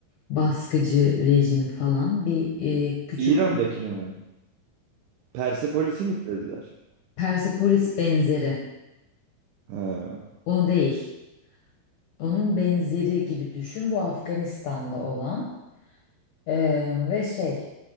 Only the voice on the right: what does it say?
İran'dakini mi? Persepolis'i mi izlediler?
Ha.